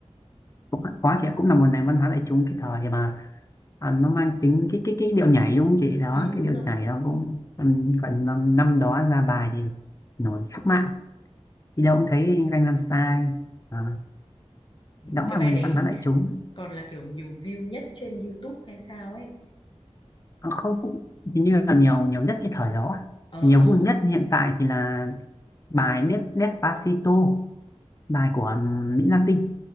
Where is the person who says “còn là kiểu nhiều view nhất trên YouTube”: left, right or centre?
Left